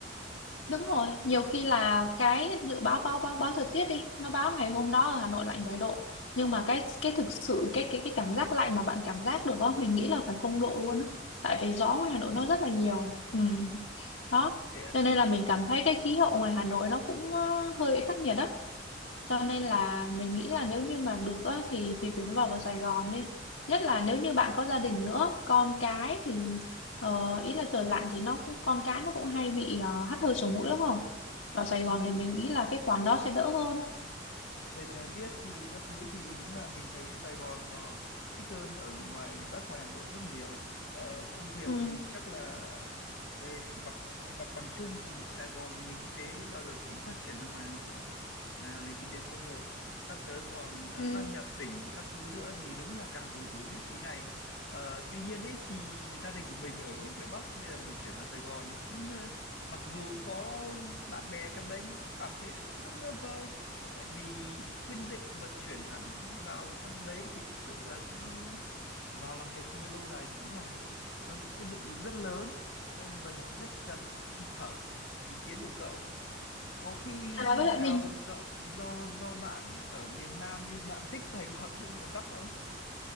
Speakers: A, on the left; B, on the left.
A: đúng rồi nhiều khi là cái dự báo báo báo báo thời tiết đi nó báo ngày hôm đó ở Hà Nội lạnh 7 độ nhưng mà cái cái thực sự cái cái cái cảm giác lạnh mà bạn cảm giác được á mình nghĩ là phải không độ luôn á tại vì
B: chắc
A: gió
B: vậy
A: ngoài Hà Nội nó rất là nhiều ừ đó
B: thế ạ
A: cho nên là mình cảm thấy cái khí hậu ngoài Hà Nội nó cũng ờ, hơi bị khắc nghiệt đó Cho nên là mình nghĩ là nếu như mà được á, thì thì chuyển vào vào Sài Gòn đi. Nhất là nếu
B: ừ.
A: như bạn có gia đình nữa, con cái thì ờ, ý là trời lạnh thì nó cũng con cái nó cũng hay bị ờ, hắt hơi sổ mũi đúng không? Vào Sài
B: nhưng
A: Gòn
B: bây
A: thì mình nghĩ là cái khoản đó sẽ đỡ hơn.
B: về thời tiết thì các thứ thì đúng là mình thấy Sài Gòn nó thích hơn ở ngoài Bắc ngoài Hà Nội rất nhiều ờ, công việc
A: Ừ.
B: thì chắc là về mặt mặt bằng chung thì Sài Gòn nền kinh tế bao giờ cũng phát triển ở ngoài Hà Nội rồi là nền kinh tế số một sắp tới còn
A: Ừ.
B: sát nhập tỉnh các thứ nữa thì đúng là càng củng cố vị trí này ờ, tuy nhiên đấy thì gia đình của mình ở hết ngoài Bắc bây giờ mình chuyển vào Sài Gòn nó cũng ờ, mặc dù cũng có bạn bè trong đấy nhưng cũng cảm thấy nó cũng hơi bơ vơ tại vì quyết định mà chuyển hẳn vào trong đấy thì thực sự là cũng vào làm việc trong đấy lâu dài thì cũng là một trong những quyết định rất lớn nên mình rất cần sự tham khảo ý kiến của cậu có khi
A: À với lại
B: nào
A: mình
B: do do do bạn ở miền Nam nên bạn thích Sài Gòn <laughs> hơn miền Bắc không